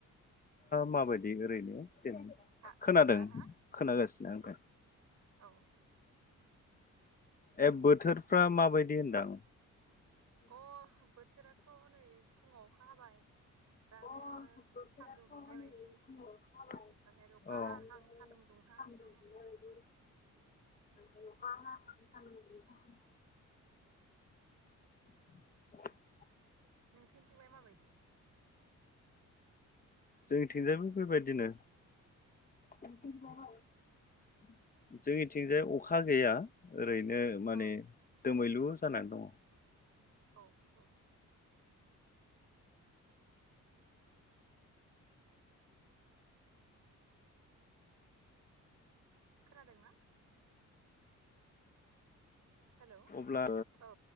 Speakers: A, on the left (about 30°); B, on the right (about 60°).
A: माबायदि ओरैनो
B: हा
A: खोनादों
B: हा हा
A: खोनागासिनो आं दे
B: औ
A: ए बोथोरफ्रा माबायदि होनदों
B: अ बोथोराथ' नै फुङाव अखा हाबाय
A: अ
B: दा आरो सानदुं दुंनाय
A: <inaudible>
B: बायदि ओमफ्राय आरो
A: अखा
B: अखा हाहां सान्दुं दुंहां माने
A: हाहां सान्दुं दुंहां <inaudible>
B: नोंसिनिथिंलाय माबायदि
A: जोंनिथिंजायबो बेबायदिनो बिदि
B: औ
A: <inaudible> जोंनिथिंजाय अखा गैया ओरैनो माने
B: औ
A: दोमैलु जानानै दङ
B: औ औ खोनादोंना हेल'
A: अब्ला
B: औ